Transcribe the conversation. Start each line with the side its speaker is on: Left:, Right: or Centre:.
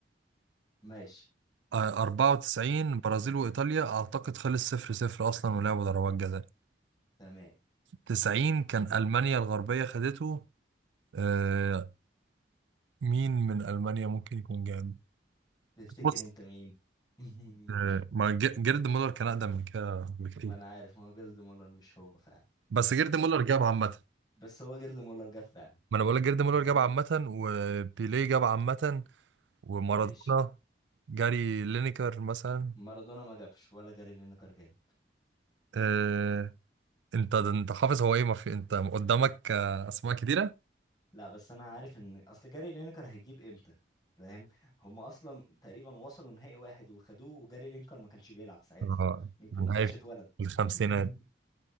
Left: ماشي
Right: آه، 94 برازيل وإيطاليا أعتقد خلص صفر صفر أصلا ولعبوا ضربات جزاء
Left: تمام
Right: 90 كان ألمانيا الغربية خدته آه مين من ألمانيا ممكن يكون جاب
Left: تفتكر
Right: بص
Left: انت مين <laughs>
Right: آه ما ج- جيرد مولر كان أقدم من كده بكتير
Left: ما انا عارف ما هو جيرد مولر مش هو فعلا
Right: بس جيرد
Left: بس
Right: مولر
Left: هو
Right: جاب عامة
Left: بس هو جيرد مولر جاب فعلا
Right: ما أنا بقول لك جيرد مولر
Left: <laughs>
Right: جاب عامة وبيليه جاب عامة ومارادونا
Left: ماشي
Right: جاري لينيكر مثلا
Left: مارادونا ما جابش ولا جاري لينكر جاب
Right: آه أنت أنت حافظ هو إيه ما في أنت قدامك آه، أسماء كتيرة
Left: لا بس انا عارف ان اصل جاري لينكر هيجيب امتى فاهم هما اصلا تقريبا وصلوا نهائي واحد وخدوه وجاري لينكر ما كانش بيلعب ساعتها
Right: آه،
Left: يمكن
Right: من
Left: ما كانش
Right: هاي
Left: اتولد
Right: الخمسينات
Left: <laughs>